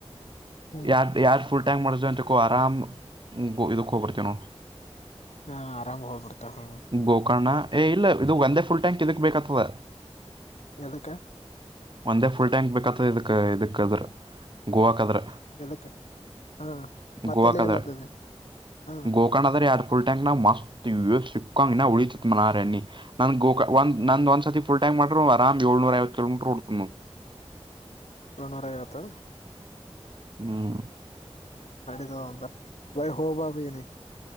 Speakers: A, on the left; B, on the right.
A: ಹ್ಮ್
B: ಯಾರ ಯಾರ್ ಫು ಂಗ್ ಮಾಡ ಅಂತು ಆರಾಮ್ ಇದಕ್ ಹೋಗಬರ್ತ ಕನೋ
A: ಹಾ ಆರಾಮ್ ಹೋಗ್ಬಿಡ್ತಾವ ಹ್ಮ
B: ಗೊಕರ್ಣ ಏ ಇಲ್ಲ ಇದು ಒಂದೇ ಫುಲ ಟ್ಯಾಂಕ್ ಇದಕ್ ಬೇಕತದ
A: ಎದಕ್ಕ
B: ಒಂದೇ ಫುಲ್ ಟ್ಯಾಂಕ್ ಬೇಕತದ ಇದಕ ಇದಕ್ ಅದ್ರ ಗೋವಾಕ್ದ್ರ
A: ಎದಕ್ಕ ಹಾ ಮತ್ತೆ
B: ಗೋವಾಕಾದರ್
A: ಅಲ್ಲಿಗೆಲ್ಲತದೆ ಹಾ
B: ಗೋಕರ್ಣ ಆದರ ಯಾರ ಫಲ್ಕ್ ಮಸ್ತ್ ಸಿಕ್ಕಹಂಗ್ ಉಳಿತ ಮನಾರ ಎಣ್ಣಿ ನನ್ ಗೋಕಾ ಒಂದ ನಂದು ಒಂದ ಸತಿಫುಲ್ ಟೈಮ್ ಮಾಡ್ರು ಆರಾಮ್ ಏಳ್ನೂರ ಐವತ್ತು ಕಿಲೋಮೀಟ್ರ್ ಉಡ್ತ ನ್
A: ಏಳು ನೂರ ಐವತ್ತು
B: ಹ್ಮ್
A: ನಡತದ ಅಂದ್ರ ಬೈ ಹೋಬ ಬನ